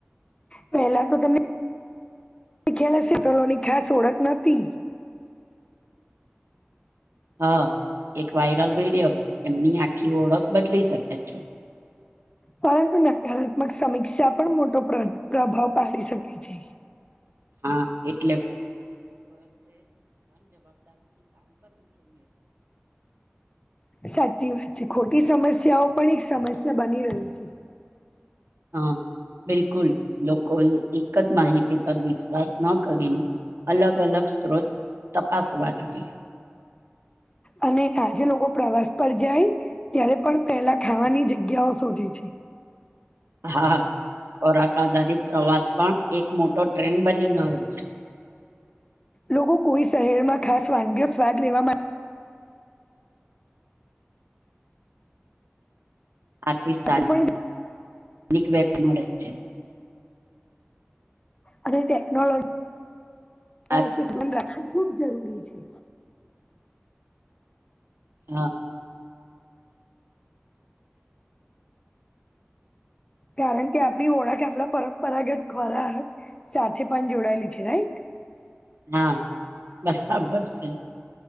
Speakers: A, on the left; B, on the right.
A: પેલા તો તમે શીખેલા સેટલોની ખાસ ઓળખ નતી.
B: હા એક વાયરલ વિડિયો એમની આખી ઓળખ બદલી શકે છે. <inaudible>
A: પરંતુ નકારાત્મક સમીક્ષા પણ મોટો પ્ર પ્રભાવ પાડી શકે છે.
B: હા. <inaudible>
A: સાચી વાત છે ખોટી સમસ્યાઓ પણ એક સમસ્યા બની રહી છે.
B: હા બિલકુલ. લોકોએ એક જ માહિતી પર વિશ્વાસ ન કરીને અલગ અલગ સ્ત્રોત તપાસવા જોઈએ.
A: અને આજે લોકો પ્રવાસ પર જાય ત્યારે પણ પહેલા ખાવાની જગ્યાઓ શોધે છે.
B: અ હા. ખોરાક આધારિત પ્રવાસ પણ એક મોટો ટ્રેન્ડ બની ગયો છે.
A: લોકો કોઈ શહેર માં ખાસ વાનગી સ્વાદ લેવા માં
B: આથી
A: માટે
B: સ્થાનિક
A: પણ જાય.
B: વેપ મળે છે.
A: અરે ટેકનોલોજ
B: આ
A: વચ્ચે <unintelligible> ખુબ જરૂરી છે.
B: હા.
A: કારણ કે આપણી ઓળખ આપલા પરંપરાગત ખોરાહ. સાથે પણ જોડાયેલી છે રાઈટ.
B: હા બરાબર છે